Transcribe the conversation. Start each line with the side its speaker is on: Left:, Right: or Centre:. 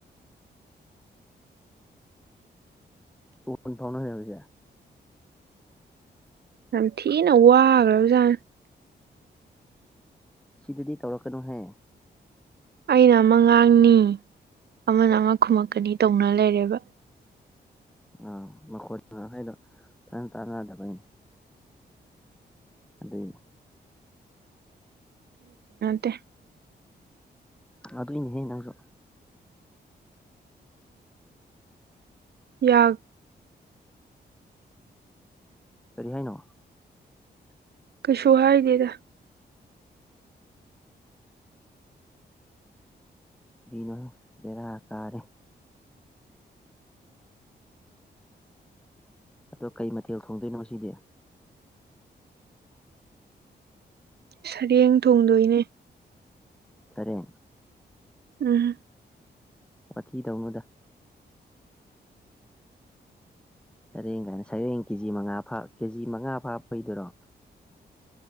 Centre: ꯐꯣꯟ ꯐꯥꯎꯅ ꯍꯕꯁꯦ
Right: ꯑ ꯊꯤꯅ ꯎꯒ꯭ꯔꯖ
Centre: ꯁꯤꯗꯗꯤ ꯇꯧꯔꯛꯀꯅꯨꯍꯦ
Right: ꯑꯩꯅ ꯑꯃꯉꯥꯡꯅꯤ ꯑꯃꯅ ꯑꯃ ꯈꯨꯨꯝꯃꯛꯀꯅꯤ ꯇꯧꯅ ꯂꯩꯔꯦꯕ
Centre: ꯑꯥ ꯃꯈꯣꯏ ꯃꯈꯩꯗꯣ ꯐꯖꯅ ꯇꯥꯟꯅꯗꯕꯩꯅꯦ ꯑꯗꯨꯗ
Right: ꯇ
Centre: ꯑꯗꯨꯏꯅꯦꯍꯦ ꯅꯪꯁꯨ
Right: ꯌꯥ
Centre: ꯀꯔꯤ ꯍꯥꯏꯅꯣ
Right: ꯀꯩꯁꯨ ꯍꯥꯏꯗꯦꯗ
Centre: ꯅꯣ ꯃꯔ ꯑꯀꯥꯦ ꯑꯗꯣ ꯀꯩ ꯃꯊꯦꯜ ꯊꯣꯡꯗꯣꯏꯅꯣ ꯁꯤꯗꯤ
Right: ꯁꯔꯦꯡ ꯊꯣꯡꯗꯣꯏꯅꯦ
Centre: ꯁꯔ
Right: ꯎꯝ
Centre: ꯋꯥꯊꯤ ꯇꯧꯅꯨꯗ ꯁꯔꯦꯡ ꯀꯥꯏꯅ ꯁꯔꯦꯡ ꯀꯦꯖꯤ ꯃꯉꯥꯥ ꯀꯦꯖꯤ ꯃꯉꯥ ꯐꯥ ꯐꯩꯗꯔꯣ